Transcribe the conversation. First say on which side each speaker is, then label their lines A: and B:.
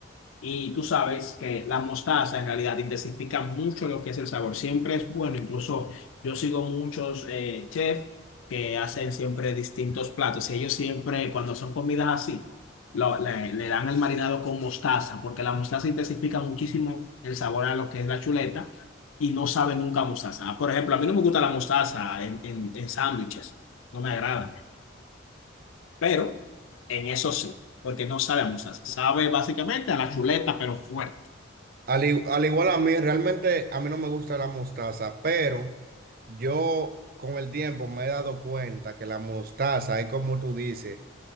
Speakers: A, on the left; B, on the right.
A: Y tú sabes que la mostaza en realidad intensifica mucho lo que es el sabor. Siempre es bueno. Incluso yo sigo muchos eh, chefs que hacen siempre distintos platos. Y ellos siempre, cuando son comidas así, lo- le, le dan el marinado con mostaza, porque la mostaza intensifica muchísimo el sabor a lo que es la chuleta y no sabe nunca a mostaza. Por ejemplo, a mí no me gusta la mostaza en, en, en sándwiches. No me agrada. Pero en eso sí, porque no sabe a mostaza. Sabe básicamente a la chuleta, pero fuerte.
B: Al, i- al igual a mí, realmente a mí no me gusta la mostaza, pero yo con el tiempo me he dado cuenta que la mostaza es como tú dices.